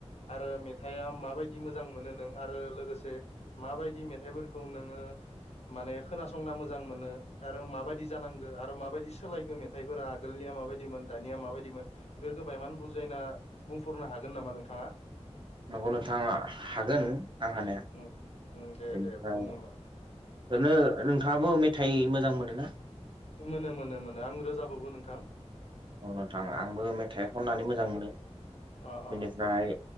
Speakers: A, on the left; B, on the right.
A: आरो मेथाइआ माबायदि मोजां मोनो नों आरो लोगोसे माबायदि मेथाइफोरखौ नोङो माने खोनासंना मोजां मोनो आरो माबायदि जानांगो आरो माबायदि सोलायखो मेथाइफोरा आगोलनिया माबायदिमोन दानिया माबायदिमोन। बेफोरखो बायेमान बुजायना बुंफोरनो हागोन नामा नोंथाङा?
B: नंगौ नोंथाङा हागोन आं हानाया
A: उम उम दे
B: बेनिफ्राय
A: दे बुं होमबा
B: ओरैनो नोंथाङाबो मेथाइ मोजां मोनो ना?
A: मोनो मोनो मोनो आं रोजाबोबो नोंथां।
B: औ नोंथां आंबो मेथाइ खननानै मोजां मोनो
A: अ अ
B: बेनिफ्राय
A: अ